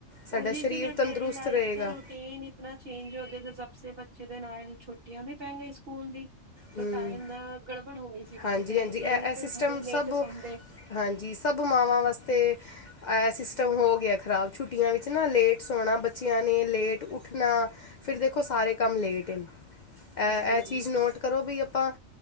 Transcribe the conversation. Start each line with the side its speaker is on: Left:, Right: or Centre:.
Left: ਸਾਡਾ
Right: ਉਹੀ
Left: ਸਰੀਰ
Right: ਜਦੋਂ ਡੇਲੀ
Left: ਤੰਦਰੁਸਤ
Right: ਲਾਈਫ
Left: ਰਹੇਗਾ
Right: ਦੇ ਰੂਟੀਨ ਇਤ ਚੇਂਜ ਹੋ ਸ ਬੱਚੇ, ਦੇ ਨਾਲੂੰ ਛੁੱਟੀਆਂ ਵੀ ਪੈ ਗਈ ਸਕੂਲ ਦੀ, ਤੋ
Left: ਹਮ,,,,,,
Right: ਟਾਈਮ ਦਾ ਗੜਬੜ ਹੋ ਗਈ ਸੀ ਕਭੀ
Left: ਹਾਂਜੀ
Right: ਤੇ
Left: ਹਾਂਜੀ ਇਹ
Right: ਲੇਟ
Left: ਇਹ ਸਿਸਟਮ
Right: ਉਠਦੇ ਲੇਟ
Left: ਸਭ
Right: ਸੌਦੇ
Left: ਹਾਂਜੀ ਸਭ ਮਾਵਾਂ,,,, ਵਾਸਤੇ ਇਹ ਸਿਸਟਮ ਹੋ ਗਿਆ ਖਰਾਬ, ਛੁੱਟੀਆਂ ਵਿੱਚ ਨਾ ਲੇਟ ਸੋਣਾ ਬੱਚਿਆਂ ਨੇ ਲੇਟ ਉੱਠਣਾ ਫਿਰ ਦੇਖੋ ਸਾਰੇ ਕੰਮ ਲੇਟ ਨੇ, ਇਹ
Right: ਹਾਂਜੀ ਹਾਂਜੀ
Left: ਇਹ ਚੀਜ਼ ਨੋਟ, ਕਰੋ ਵੀ ਆਪਾਂ